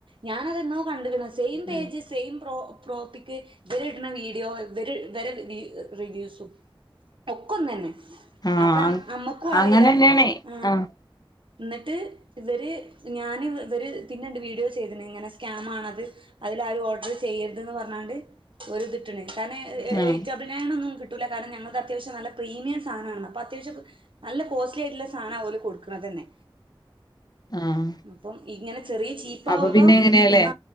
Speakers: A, on the right; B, on the left.
A: ഞാനതെന്നോ കണ്ട്ക്ണ് സേയിം പേജ്
B: ഉം
A: സേയിം പ്രോ പ്രോപ്പിക്ക് വരിട്ണ വീഡിയോ വര് വരെ റിവ്യൂസും ഒക്കൊന്നന്നെ
B: ആഹ്
A: അപ്പെ അ അമ്മക്കും അറീല
B: അങ്ങനെന്നെയാണേ
A: ആ
B: ആഹ്
A: ന്ന്ട്ട് ഇവര് ഞാന് ഇവര് പിന്നെണ്ട് വീഡിയോ ചെയ്ത്‌ണ് ഇങ്ങനെ സ്കാമാണത് അതിലാരും ഓർഡർ ചെയ്യരുത് ന്ന് പറഞ്ഞാണ്ട് ഒര് തിട്ട്ണ് എ
B: ആഹ്
A: എയ് ചബ്ളയണൊന്നും കി ട്ടൂല കാരണം ഞങ്ങൾതത്യാവശ്യം നല്ല പ്രീമീയം സാനാണ് അപ്പൊ അത്യാവശ്യം നല്ല കോസ്റ്റ്ലി ആയിട്ട്ള്ള സാനാ ഓല് കൊട് ക്ക്ണതന്നെ
B: ആഹ്
A: അപ്പം ഇങ്ങനെ ചെറിയ ചീപ്പാകുമ്പം
B: അപ്പൊ പിന്നെ എങ്ങനെയാല്ലേ
A: ആ